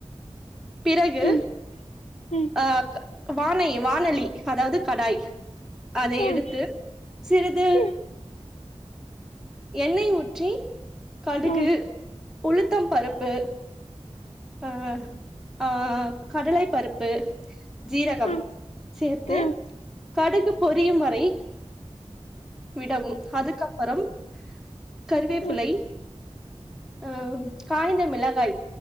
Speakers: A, in the centre; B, on the left (about 75°).
A: பிறகு
B: ம் ம்
A: ஆ க வானை வானலி அதாவ்து கடாய் அதை
B: ம்
A: எடுத்து சிறிது
B: ம் ம்
A: எண்ணெய் ஊற்றி கடுகு
B: ம்
A: உளுத்தம் பருப்பு அ ஆ கடலைப் பருப்பு ஜீரகம்
B: ம்
A: சேர்த்து
B: ம்
A: கடுகு பொரியும் வரை விடவும் அதுக்கப்பறம் கருவேப்பிலை
B: ம்
A: அ ம் காய்ந்த மிளகாய்